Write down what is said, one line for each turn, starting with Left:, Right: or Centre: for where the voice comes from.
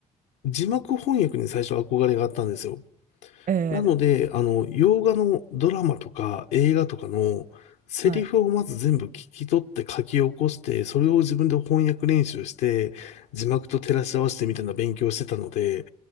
Left: 字幕翻訳に最初憧れがあったんですよ。
Right: えー、
Left: なので、あの、洋画のドラマとか映画とかのセリフをまず全部聞き取って書き起こして、
Right: はい。
Left: それを自分で翻訳練習して、字幕と照らし合わせてみたいな勉強をしてたので、